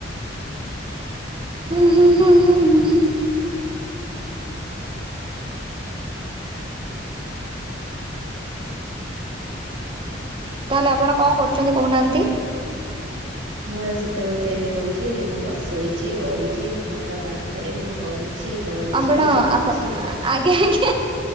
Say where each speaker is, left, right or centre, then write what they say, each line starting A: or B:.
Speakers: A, on the right; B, on the right.
A: ହୁଁ ହୁଁ ହୁଁ ହୁଁ। ତାହେଲେ ଆପଣ କଣ କରୁଛନ୍ତି କହୁ ନାହାନ୍ତି। ହ
B: ମୁଁ ବା ସେତେବେଳୁ ସେୟା ହିଁ କହୁଛି କି ମୁଁ ବ ଶୋଇଛି ଗଡିଛି ଝରକା ପାଖରେ ମୁଁ ଗଡି ଛି ଗଡିଛି
A: ଆପଣ
B: ଗଢିଛି।
A: ଆପଣ ଆଜ୍ଞା ଆଜ୍ଞା